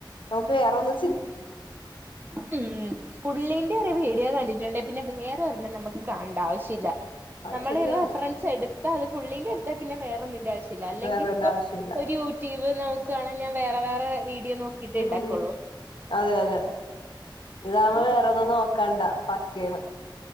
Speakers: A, on the left; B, on the right.
A: നമുക്ക് വേറെ ഒന്ന്
B: മ് പുള്ളിന്റെ ഒരു വീഡിയോ കണ്ടിട്ടുണ്ട് പിന്നെ വേ <unintelligible> നമുക്ക് കാണ്ട ആവശ്യ ഇല്ല
A: അത്
B: നമ്മള്
A: ശരിയാണ്
B: റഫറൻസ് എട് ന്തലും പുള്ളി ൻ്റെടുത്താ പിന്നെ വേറൊന്നി ന്റെ ആവശ്യല്ല. അല്ലെങ്കിൽ
A: വേറെണ്ട
B: ഇപ്പം
A: ആവശ്യമില്ല
B: ഒരു യൂട്യൂബ് നമുക്ക് കാണൻ ഞാൻ വേറെ വേറെ വീഡിയോ നോക്കിട്ടെ
A: ഉം
B: ഇണ്ടാക്കൊള്ളൂ.
A: അതെ അതെ ഇതാവുമ്പോ
B: ഇത്
A: വേറെ ഒന്നും നോക്കണ്ടാ പക്കേണ്.